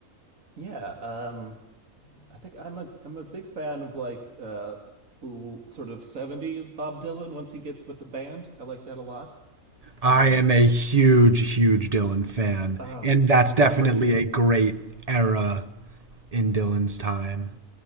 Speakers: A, on the right; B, on the right.
A: Yeah, um, I think I'm a I'm a big fan of like uh, sort of '70s Bob Dylan. Once he gets with the band, I like that a lot. Um,
B: I am a huge huge Dylan fan,
A: oh,
B: and that's
A: that's
B: definitely
A: great to hear.
B: a great era in Dylan's time.